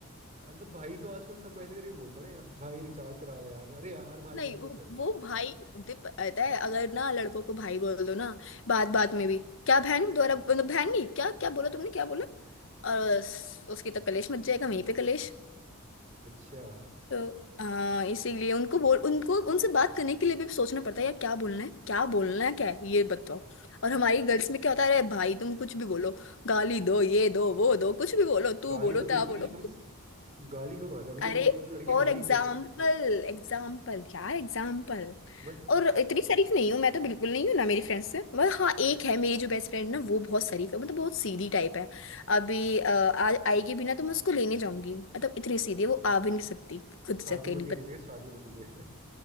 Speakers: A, on the right; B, on the left.
A: अरे तो भाई तो आजकल सब ऐसे करके बोलता है ना यार भाई रिचार्ज करा दे यार अरे यार भाई
B: नहीं
A: यार
B: वो
A: ही कर दे
B: वो
A: यार
B: भाई दे- पता है अगर ना लड़कों को भाई बोल दो ना बात बात में भी क्या बहन द्वारा मतलब बहन नहीं क्या क्या बोला तुमने क्या बोला और उस- उसकी तो कलेश मच जाएगा वहीं पे कलेश
A: अच्छा
B: तो आ, इसीलिए उनको बोल उनको उनसे बात करने के लिए भी सोचना पड़ता है यार क्या बोलना है क्या बोलना है क्या है ये बताओ और हमारी गर्ल्स में क्या होता है अरे भाई तुम कुछ भी बोलो गाली दो ये दो वो दो कुछ भी बोलो तू
A: गाली
B: बोलो
A: तो देती
B: ता
A: नहीं
B: बोलो
A: ना गर्ल्स गाली तो कहाँ से अभी तो
B: अरे
A: वो- वो लड़के
B: फॉर
A: गाली
B: एग्जाम्पल
A: नहीं देते
B: एग्जाम्पल यार एग्जाम्पल
A: बस
B: और इतनी शरीफ नहीं हूँ मैं तो बिल्कुल नहीं हूँ ना मेरी फ्रेंड्स से मगर हाँ एक है मेरी जो बेस्ट फ्रेंड ना वो बहुत शरीफ है मतलब बहुत सीधी टाइप है अभी अ, आ, आएगी भी ना तो मैं उसको लेने जाऊंगी मतलब इतनी सीधी है वो आ भी नहीं सकती खुद से
A: शादी
B: अकेली
A: मटेरियल शादी मटेरियल